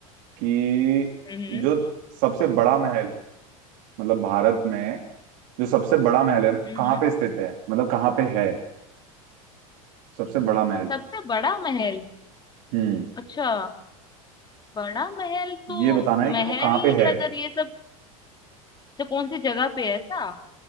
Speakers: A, on the right; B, on the left.
A: कि
B: हम्म
A: जो सबसे बड़ा महल मतलब भारत में जो सबसे बड़ा महल है ना
B: हम्म
A: कहाँ पे स्थित है मतलब कहाँ पे है सबसे बड़ा महल
B: सबसे बड़ा महल
A: हम्म
B: अच्छा बड़ा महल तो
A: ये बताना है कि
B: महल
A: वो कहाँ पे है
B: अगर ये सब तो कौन सी जगह पे है ऐसा